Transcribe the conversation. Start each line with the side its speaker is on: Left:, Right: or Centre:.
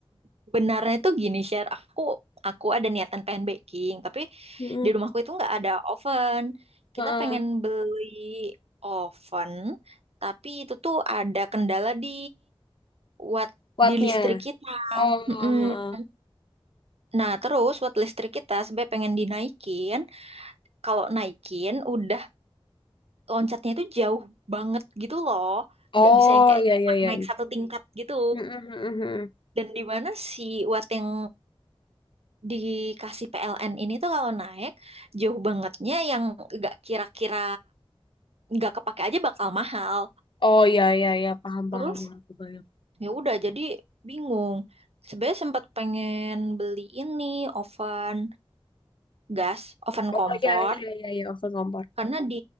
Right: sebenarnya itu gini share. Aku, aku ada niatan pengen baking, tapi
Left: Heeh.
Right: di rumahku itu nggak ada oven.
Left: Heeh.
Right: Kita pengen beli oven, tapi itu tuh ada kendala di watt
Left: Kuatnya.
Right: di listrik kita.
Left: Oh,
Right: Mm-mm.
Left: heeh.
Right: Nah, terus watt listrik kita sebenarnya pengen dinaikin. Kalau naikin, udah loncatnya itu jauh banget gitu loh.
Left: Oh,
Right: Nggak bisa yang kayak
Left: iya
Right: cuma
Left: iya iya.
Right: naik satu tingkat gitu.
Left: Heeh, heeh, heeh.
Right: Dan di mana si watt yang dikasih PLN ini tuh kalau naik, jauh bangetnya yang nggak kira-kira nggak kepake aja bakal mahal.
Left: Oh, iya iya iya, paham
Right: Terus
Left: paham aku bayang.
Right: ya udah jadi bingung. Sebenarnya sempat pengen beli ini oven gas, oven
Left: Oh,
Right: kompor.
Left: iya iya iya iya, oven kompor.
Right: Karena di